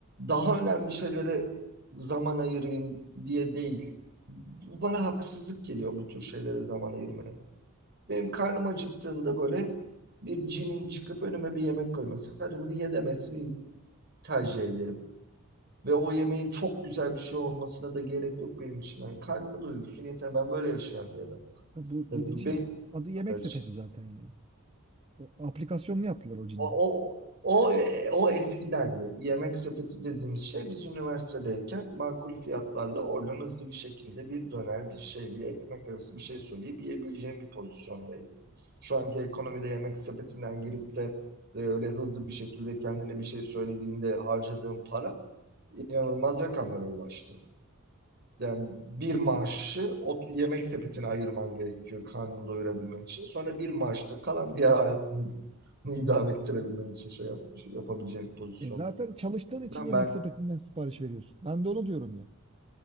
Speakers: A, on the right; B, on the right.
A: daha önemli şeylere zaman ayırayım diye değil. Bu bana haksızlık geliyor bu tür şeylere zaman ayırmaya. Benim karnım acıktığında böyle bir cinin çıkıp önüme bir yemek koyması. Hadi bunu ye demesini tercih ederim. Ve o yemeğin çok güzel bir şey olmasına da gerek yok benim için. Yani karnımı doyursun yeter. Ben böyle yaşayan bir adam.
B: Ya Bu
A: Ya
B: dediğin
A: bu
B: şey
A: benim
B: adı yemek
A: kadar için.
B: sepeti zaten yani. O aplikasyonunu yaptılar o cinin.
A: O, o, o, e, o eskidendi. Yemek sepeti dediğimiz şey biz üniversitedeyken makul fiyatlarla oradan hızlı bir şekilde bir döner, bir şey, bir ekmek arası bir şey söyleyip yiyebileceğim bir pozisyondaydı. Şu anki ekonomide yemek sepetinden girip de e, öyle hızlı bir şekilde kendine bir şey söylediğinde harcadığım para inanılmaz rakamlara ulaştı. Yani bir maaşı o yemek sepetine ayırman gerekiyor karnını doyurabilmen için. Sonra bir maaşta kalan diğer hayatını <laughs> idame ettirebilmen için şey yap, şey yapabileceğin pozisyonda.
B: E zaten çalıştığın
A: O yüzden
B: için yemek
A: ben
B: sepetinden sipariş veriyorsun. Ben de onu diyorum ya.